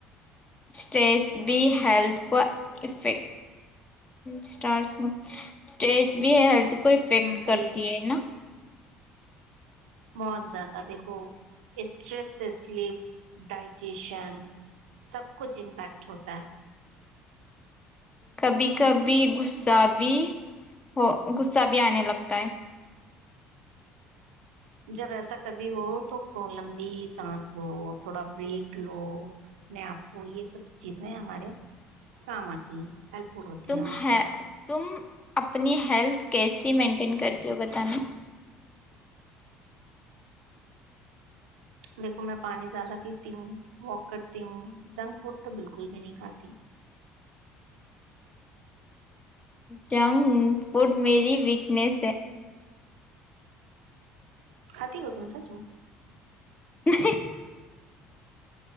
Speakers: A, on the left (about 25°); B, on the right (about 75°).
A: اسٹیس بی ہیلتھ کو افیکٹ اسٹارس میں اسٹیس بھی ہے ہیلتھ کو افیکٹ
B: ہوں سی
A: کرتی
B: ہے
A: نا
B: بہت زیادہ دیکھو اسٹریس اسلی ڈائجیشن سب کچھ امپیکٹ ہوتا ہے
A: کبھی کبھی غصہ بھی ہو صہ بھی آنے لگتا ہے
B: جب ایسا کبھی ہو تو لمبی سانس لو تھوڑا بریک لو اپنے آپ کو یہ سب چیزیں ہمارے کام آتی ہیں فل ہوتی
A: تم
B: ہیں ہمارے لیے
A: ہےتم اپنی ہیلتھ کیسیے مینٹین کرتی ہو بتانا
B: دیکھو میں پانی زیادہ پیتی ہوں واک کرتی ہوں جنک فوڈ تو بالکل بھی نہیں کھاتی
A: جنک فوڈ میری ویکنیس ہے
B: خھاتی ہوں سچ میں
A: نہیں